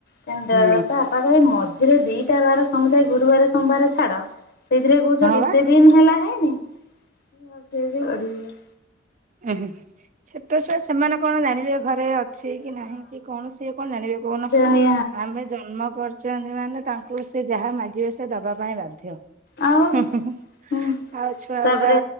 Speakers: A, on the left (about 55°); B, on the right (about 40°).
A: ତା
B: ହୁଁ
A: ବାପା କହିବେ ମ ଝିରେ ଦିଟା ବାର ସମୁଦାୟ ଗୁରୁବାର ସୋମବାର ଛାଡ ସେଇଥିରେ ବି କହୁଛ
B: ହଁ
A: କେତେ
B: ବା
A: ଦିନି ହେଲା ହେଇନି ହସି ହସି ଗଡିଯିବ
B: ଉ ହୁ ଛୋଟ ଛୁଆ ସେମାନେ କଣ ଜାଣିବେ ଘରେ ଅଛି କି ନାହିଁ କି କୌଣସି କଣ ଜାଣିବେ କହୁନ
A: ସେ ହଁ
B: ଆମେ ଜନ୍ମ କରିଛନ୍ତି ମାନେ ତାଙ୍କୁ ସେ ଯାହା ମାଗିବ ସେ ଦବା ପାଇଁ ବାଧ୍ୟ ହୁଁ
A: ଆଉ
B: ହୁଁ
A: ହୁଁ
B: ଆଉ ଛୁଆ
A: ତାପରେ
B: ଗୁଡା